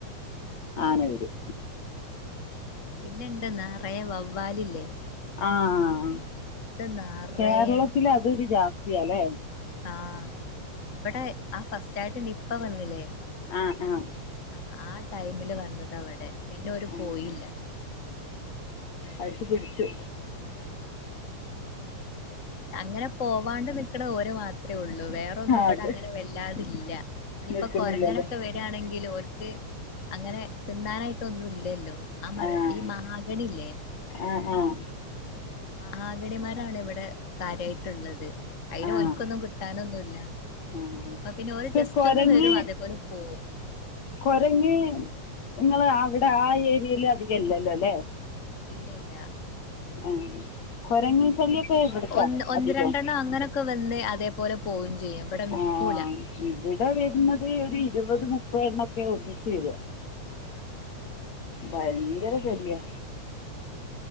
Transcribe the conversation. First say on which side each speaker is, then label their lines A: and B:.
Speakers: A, on the left; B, on the left.
A: ആഹ്
B: ആന വരും
A: പിന്നെ ഇണ്ട് നെറയെ വവ്വാലില്ലേ
B: ആഹ്
A: അത് നറയെണ്ട്
B: കേരളത്തിൽ അതൊരു ജാസ് സ്ഥിയാലെ
A: ആഹ് ഇവിടെ ആ ഫസ്റ്റ് ആയിട്ട് നിപ്പ വന്നില്ലേ
B: ആഹ് ആഹ്
A: ആഹ് ആ ടൈമില് വന്നത ഇവിടെ പിന്നെ ഓര്
B: ആഹ്
A: പോയില്ല
B: അരിപ്പ് പിടിച്ചു
A: ആഹ് അങ്ങനെ പോ പോവാണ്ട് നിക്കണ ഓര് മാ ത്രേ ഉള്ളൂ വേറൊന്നും ഇവിടെ
B: അത്
A: അങ്ങനെ വല്ലാതില്ല ഇനിയിപ്പം
B: നിൽക്കുന്നില്ലല്ലേ
A: കൊരങ്ങനൊക്കെ വരാണെങ്കിലു. ഓർക്ക് അങ്ങനെ തിന്നാനായിട്ട് ഒന്നും ഇല്ലല്ലോ ആ മര
B: ആഹ്
A: ഈ മഹാഗണി ഇല്ലേ
B: ആഹ് ആഹ്
A: മഹാഗണി മരാണ് ഇവിടെ കാര്യായിട്ടുള്ളത് അയിൽ
B: ആഹ്
A: ഓൽക്കൊന്നും കിട്ടാനൊന്നുല്ല
B: ആഹ്
A: അപ്പം പിന്നെ ഓര്
B: പക്ഷെ
A: ജസ്റ്റ്
B: കൊരങ്ങ്
A: ഒന്ന് വരും അതേപോലെ പോവും
B: കൊരങ്ങ് നിങ്ങള് അവിടെ ആ ഏരിയല് അധികം ഇല്ലല്ലോ അല്ലേ
A: ഇല്ല ഇല്ല
B: ആ കൊരങ്ങ് ശല്യം
A: എങ്ങനെ
B: ഇപ്പം ഇവിടിക്കാ
A: ഒന്ന് ഒന്ന്
B: അതികോം
A: രണ്ടെണ്ണം അങ്ങനൊക്കെ വന്ന് അതേപോലെ പോവും ചെയ്യും ഇവിടെ നിക്കൂല
B: ആ ഇവിടെ വരുന്നത് ഒരു ഇരുവത് മു പ്പാതെണ്ണൊക്കെ ഒന്നിച്ചു വര്യ
A: ആഹ് ആഹ്
B: ഭയങ്കര ശല്യാ